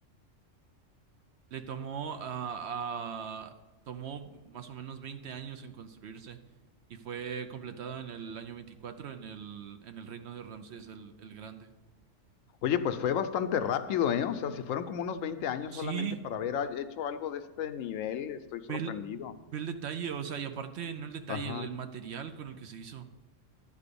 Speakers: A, on the right (about 65°); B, on the left (about 85°).
A: Le tomó, ah, ah, tomó más o menos 20 años en construirse y fue completado en el año 24 en el, en el reino de Ramsés el, el Grande.
B: Oye, pues fue bastante rápido, ¿eh? O sea, si fueron como unos veinte años
A: Sí,
B: solamente para haber ha- hecho algo de este nivel, estoy sorprendido.
A: ve el, ve el detalle, o sea, y aparte no el detalle,
B: Ajá.
A: el, el material con el que se hizo.